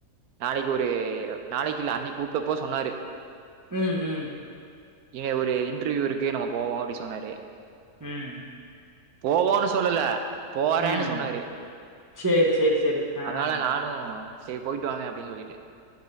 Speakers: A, on the right; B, on the right.
A: நாளைக்கு ஒரு நாளைக்கில்ல அன்னைக் கூப்ட்டப்போ சொன்னாரு
B: ம் ம்
A: இங்க ஒரு இன்டர்வியூ இருக்கு நம்ம போவோ அப்டி சொன்னாரு
B: ம்
A: போவோன்னு சொல்லல போறேன்னு
B: ம்
A: சொன்னாரு
B: சேரி சேரி சேரி ஆ
A: அதனால நானு செரி போய்ட்டு வாங்க அப்டின்னு சொல்லிட்ட